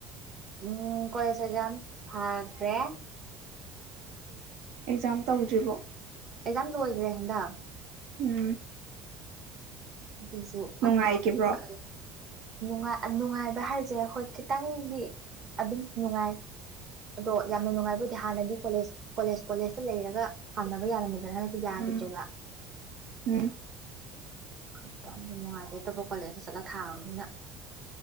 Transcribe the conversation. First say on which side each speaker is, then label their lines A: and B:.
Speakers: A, on the right (about 35°); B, on the right (about 75°).
A: ꯎꯝ ꯀꯣꯏꯁꯦꯖꯝ ꯐꯥꯠ ꯔꯦ
B: ꯑꯦꯛꯖꯥꯝ ꯇꯧꯗ꯭ꯔꯤꯕꯣ
A: ꯀꯩꯖꯥ ꯂꯣꯏꯈ꯭ꯔꯦ ꯍꯟꯗꯛ
B: ꯎꯝ
A: ꯑꯗꯨꯁꯨ
B: ꯅꯨꯡꯉꯥꯏꯈꯤꯕ꯭ꯔꯣ
A: ꯑꯋꯥꯕ ꯃꯈꯜꯅꯨꯡꯉꯥꯏ ꯅꯨꯡꯉꯥꯏ ꯚ ꯍꯥꯏꯔꯁꯦ ꯑꯩꯈꯣꯏ ꯈꯤꯇꯪꯗꯤ ꯑꯗꯨ ꯅꯨꯡꯉꯥꯏ ꯑꯗꯣ ꯌꯥꯝꯅ ꯅꯨꯡꯉꯥꯏꯕꯗꯤ ꯍꯥꯟꯅꯗꯤ ꯀꯣꯂꯦꯖ ꯀꯣꯂꯦꯖ ꯀꯣꯂꯦꯖꯇ ꯂꯩꯔꯒ ꯊꯥꯅꯕ ꯌꯥꯔꯝꯃꯦ ꯗ꯭ꯔ ꯍꯗꯤꯗꯒꯤ ꯍꯥꯏꯒꯖꯕ
B: ꯎꯝ ꯎꯝ
A: ꯈꯛꯇꯪ ꯅꯨꯡꯉꯥꯏꯇꯦ ꯑꯇꯣꯞꯄ ꯀꯣꯂꯦꯖꯇ ꯆꯠꯂ ꯊꯥꯕꯅꯤꯅ